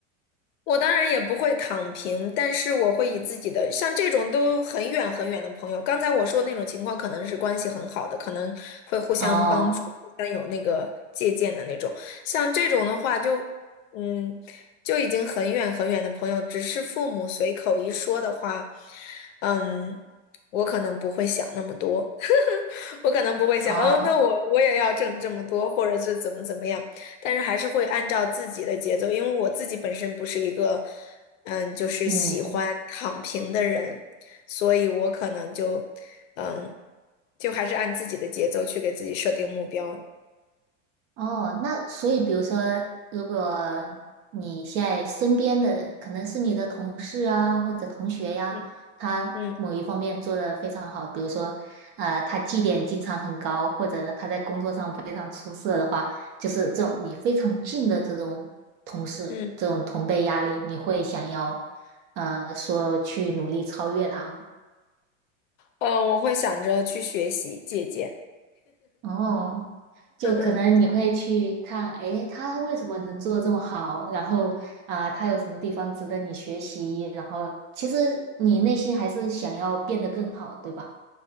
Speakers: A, on the left; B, on the right.
A: 我当然也不会躺平，但是我会以自己的，像这种都很远很远的朋友，刚才我说那种情况，可能是关系很好的，可能会互相帮助，
B: 哦
A: 互相有那个借鉴的那种。像这种的话就，嗯，就已经很远很远的朋友，只是父母随口一说的话，嗯，我可能不会想那么多。我可能不会想，
B: 哦，
A: 嗯，那我我也要挣这么多，或者是怎么怎么样，但是还是会按照自己的节奏，因为我自己本身不是一个，嗯，就是喜欢躺平的人，
B: 嗯。
A: 所以我可能就，嗯，就还是按自己的节奏去给自己设定目标。
B: 哦，那所以，比如说，如果你现在身边的人，可能是你的同事啊，或者同学呀，
A: 嗯
B: 他某一方面做得非常好，
A: 嗯
B: 比如说，呃，他绩点经常很高，或者他在工作上非常出色的话，就是这种你非常近的这种同事，
A: 嗯，
B: 这种同辈压力，你会想要，呃，说去努力超越他吗？
A: 呃，我会想着去学习借鉴。
B: 哦，就可能你会去看，
A: 嗯嗯，
B: 诶，他为什么能做的这么好？然后啊，他有什么地方值得你学习？然后其实你内心还是想要变得更好，对吧？